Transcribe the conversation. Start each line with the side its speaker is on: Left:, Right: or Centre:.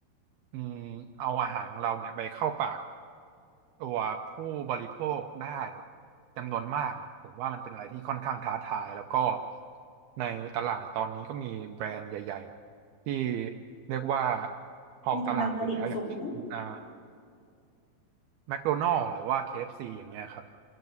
Right: อืมเอาอาหารของเราเนี่ยไปเข้าปากตัวผู้บริโภคได้จำนวนมากเนี่ยผมว่ามันเป็นอะไรที่ค่อนข้างท้าทายแล้วก็ในตลาดตอนนี้ก็มีแบรนด์ใหญ่ๆที่เรียกว่าครองตลาดอยู่แล้วอย่างเช่นอ่า
Left: มีกำลังผลิตสูง
Right: แมคโดนัลด์หรือว่า KFC อฟซีอย่างเงี้ยครับ